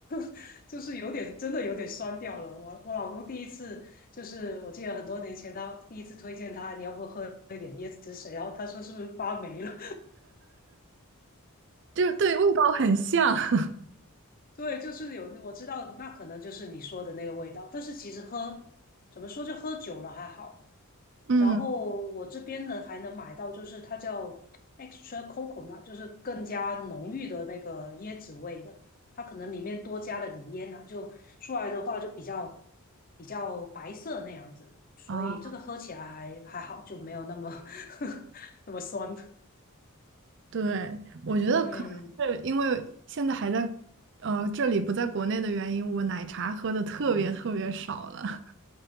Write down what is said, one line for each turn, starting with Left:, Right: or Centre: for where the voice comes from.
Left: <laughs> 就是有点真的有点酸掉了。我我老公第一次就是我记得很多年前他第一次推荐他，你要不喝一点椰子水，然后他说是不是发霉了？
Right: 就对味道很像，<laughs>
Left: <laughs> 对，就是有我知道那可能就是你说的那个味道，但是其实喝怎么说就喝酒了还好，
Right: 嗯。
Left: 然后我这边呢还能买到，就是它叫 extra coconut，就是更加浓郁的那个椰子味的。它可能里面多加了点椰奶，就出来的话就比较比较白色那样子，所以这个喝起来还还好，
Right: 啊。
Left: 就没有那么 <laughs> 那么酸。
Right: 对，我觉嗯得可能是因为现在还在呃这里不在国内的原因，
Left: 嗯，
Right: 我奶茶喝的特别特别少了。<laughs>